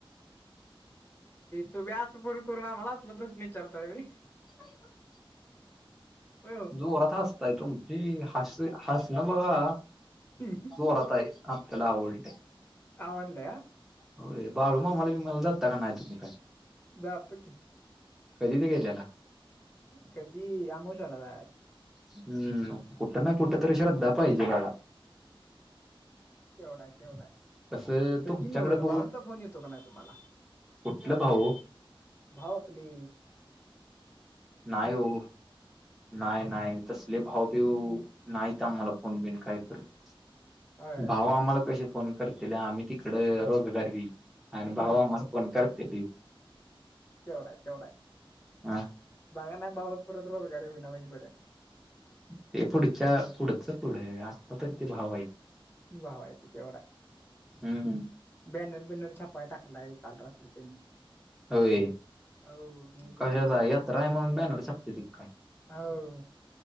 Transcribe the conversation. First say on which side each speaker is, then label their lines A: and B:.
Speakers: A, on the left; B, in the centre.
A: तुम्ही असं फोन करून आम्हाला असलं प्रश्न विचारताय होय.
B: <inaudible>
A: होय हो
B: जोरात हसताय तुम्ही हसणं बघा.
A: हम्म.
B: जोरात हाय आपल्याला आवडलंय.
A: आवडलंय हा
B: होय बाळू मामाला भीमाला जाता की नाही तुम्ही.
A: जातो की.
B: कधीच गेल्याल.
A: कधी अमोशाला जायाच.
B: हम्म कुठ नाही कुठं तरी श्रद्धा पाहिजे बघा.
A: तेवढं आय तेवढं आय.
B: तसं
A: बर
B: तुमच्याकडे
A: ती नव्ह
B: बघून
A: भाऊंचा फोन येतो का नाय तुम्हाला.
B: कुठलं भाऊ
A: भाव आपली.
B: नाही ओ. नाय नाय तसले भावभीऊ नाहीत. आम्हाला फोन बिन काय करत.
A: होय
B: भाऊ आम्हाला कसे फोन करतील. आम्ही तिकडं रोजगारली आणि
A: ह
B: भाऊ आम्हाला फोन कर <unintelligible>
A: तेवढा आहे तेवढा आहे.
B: हा
A: बघा नाही भाऊच परत रोजगारी होईना म्हणजे बरं.
B: ते पुढच्या पुढच पुढं आता तरी ते भाऊ आहेत.
A: भाव आहे तेवढा.
B: हम्म
A: बॅनर बिनर छापाय टाकलाय. काल रात्री त्यांनी.
B: होय
A: हो नियोजन
B: कशाचा
A: केले
B: यात्रा आहे म्हणून बॅनर झापत्याती काय.
A: आव.